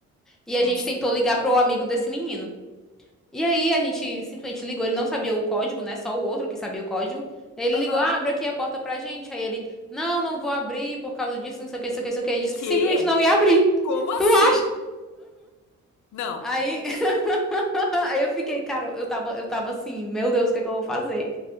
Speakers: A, in the centre; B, on the left.
A: E a
B: Nossa.
A: gente tentou ligar pro amigo desse menino. E aí a gente simplesmente ligou, ele não sabia o código, né? Só o outro que sabia o código. Ele
B: Aham.
A: ligou, ah, abre aqui a porta pra gente. Aí ele, não, não vou abrir por causa disso, não sei o que, não sei o que, não sei o que. Ele disse
B: Quê?
A: que simplesmente não ia abrir.
B: Como
A: Tu
B: assim?
A: acha?
B: Não.
A: Aí, <laughs> aí eu fiquei, cara, eu tava, eu tava assim, meu Deus, o que é que eu vou fazer?